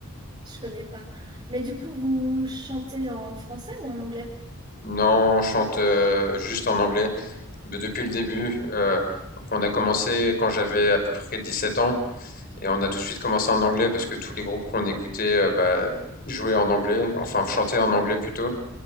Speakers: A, on the right; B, on the left.
A: je connais pas. Mais du coup, vous chantez en français ou en anglais?
B: Non, on chante euh, juste en anglais de- depuis le début. euh, donc on a commencé quand j'avais à peu près 17 ans et on a tout de suite commencé en anglais parce que tous les groupes qu'on écoutait euh, bah, jouaient en anglais, enfin chantaient en anglais plutôt.